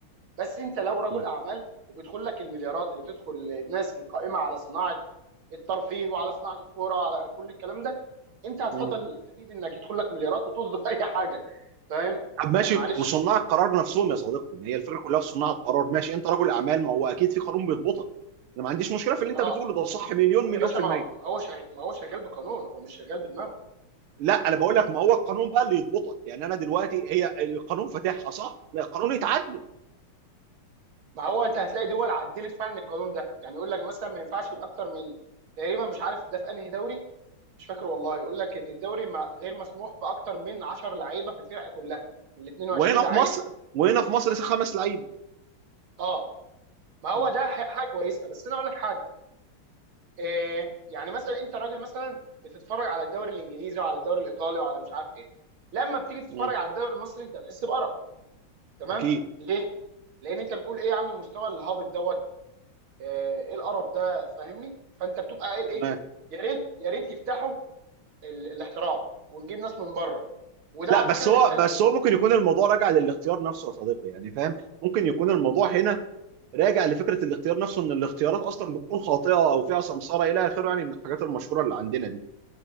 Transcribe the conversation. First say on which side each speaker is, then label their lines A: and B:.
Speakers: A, on the right; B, on the right.
A: بس انت لو رجل
B: مم.
A: اعمال وبيدخل لك المليارات اللي بتدخل الناس القائمه على صناعه الترفيه وعلى صناعه الكوره على كل الكلام ده انت هتفضل
B: مم.
A: اكيد انك يدخل لك مليارات وطز في <laughs> اي حاجه فاهم
B: طب ماشي
A: يعني معلش
B: وصناع القرار نفسهم يا صديقي ما هي الفكره كلها في صناع القرار ماشي انت رجل اعمال ما هو اكيد في قانون بيضبطك انا ما عنديش مشكله في اللي انت
A: اه
B: بتقوله ده صح مليون
A: ما هو يا
B: مليون
A: باشا
B: في
A: ما
B: الميه
A: هو ما هو شغ... ما هو شغال بقانون هو مش شغال بدماغه
B: لا انا بقول لك ما هو القانون بقى اللي يضبطك يعني انا دلوقتي هي القانون فاتحها صح لا القانون يتعدل
A: ما هو انت هتلاقي دول عدلت فعلا القانون ده يعني يقول لك مثلا ما ينفعش يبقى اكتر من تقريبا مش عارف ده في انهي دوري مش فاكر والله يقول لك ان الدوري ما... غير مسموح باكتر من 10 لعيبه في الفرقه كلها من 22
B: وهنا
A: لعيب
B: في مصر وهنا في مصر خمس لعيبه
A: اه ما هو
B: مم.
A: ده ح- حاجه كويسه بس انا اقول لك حاجه إيه يعني مثلا انت راجل مثلا بتتفرج على الدوري الانجليزي وعلى الدوري الايطالي وعلى مش عارف ايه لما بتيجي تتفرج
B: مم.
A: على الدوري المصري انت هتحس بقرف تمام
B: اكيد
A: ليه؟ لان انت بتقول ايه يا عم المستوى الهابط دوت آه، ايه القرف ده فاهمني؟ فانت بتبقى قايل
B: تمام
A: ايه؟ يا ريت يا ريت يفتحوا ال- الاحتراف ونجيب ناس من بره وده
B: لا
A: على فكره
B: بس
A: اللي
B: هو
A: بيتقال
B: بس هو ممكن يكون الموضوع راجع للاختيار نفسه يا صديقي يعني فاهم ممكن يكون الموضوع هنا راجع لفكره الاختيار نفسه ان الاختيارات اصلا بتكون خاطئه او فيها سمساره الى اخره يعني من الحاجات المشهوره اللي عندنا دي